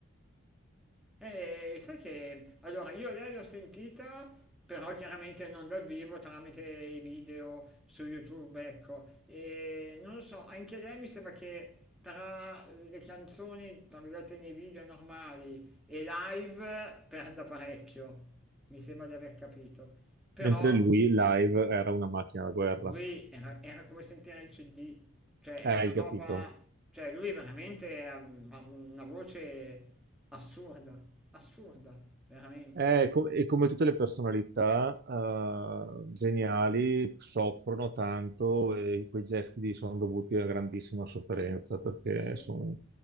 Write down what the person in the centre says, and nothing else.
Eh, sai che allora io lei l'ho sentita, però chiaramente non dal vivo, tramite i video su YouTube, ecco. E non lo so, anche lei mi sembra che tra le canzoni, tra virgolette, nei video normali e live perda parecchio, mi sembra di aver capito. Mm. Però
lui era, era come sentire il CD, cioè
è una
roba,
cioè lui veramente ha, ha una voce assurda, assurda, veramente.
Sì, sì.